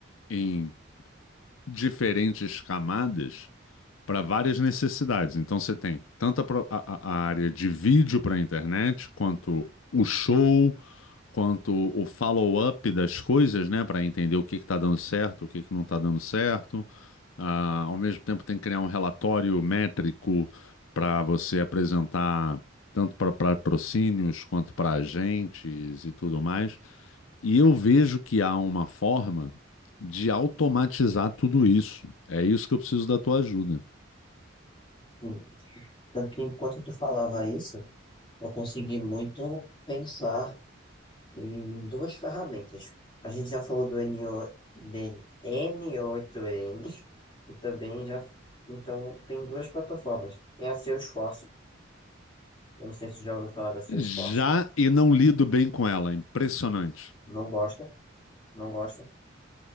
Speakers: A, on the left (about 85°); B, on the left (about 25°).
A: em diferentes camadas para várias necessidades. Então você tem tanto a, pro- a- a- área de vídeo para a internet, quanto o show, quanto o follow-up das coisas, né, para entender o que está dando certo, o que que não está dando certo. Ah, ao mesmo tempo tem que criar um relatório métrico para você apresentar tanto para patrocínios quanto para agentes e tudo mais. E eu vejo que há uma forma de automatizar tudo isso. É isso que eu preciso da tua ajuda.
B: Sim. Tanto que enquanto tu falava isso, eu consegui muito pensar. em duas ferramentas. A gente já falou do n o de n oito n e também já. Então, tem duas plataformas. Tem a Salesforce. Eu não sei se já ouviu falar da Salesforce.
A: Já e não lido bem com ela. Impressionante.
B: Não gosta? Não gosta?